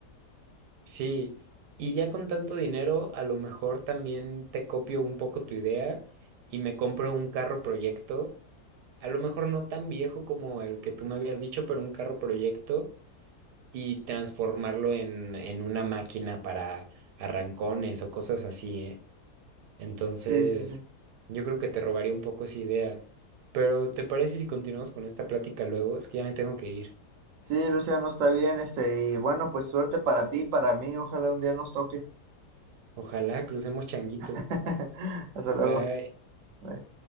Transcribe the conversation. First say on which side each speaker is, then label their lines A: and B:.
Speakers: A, on the right; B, on the right.
A: Sí, y ya con tanto dinero, a lo mejor también te copio un poco tu idea y me compro un carro proyecto, a lo mejor no tan viejo como el que tú me habías dicho, pero un carro proyecto y transformarlo en, en una máquina para arrancones o cosas así, ¿eh? Entonces,
B: Sí, sí, sí.
A: yo creo que te robaría un poco esa idea. Pero ¿te parece si continuamos con esta plática luego? Es que ya me tengo que ir.
B: Sí, Luciano, está bien, este, y bueno, pues suerte para ti, para mí, ojalá un día nos toque.
A: Ojalá crucemos changuitos.
B: <laughs> Hasta luego.
A: Bye.
B: Bye.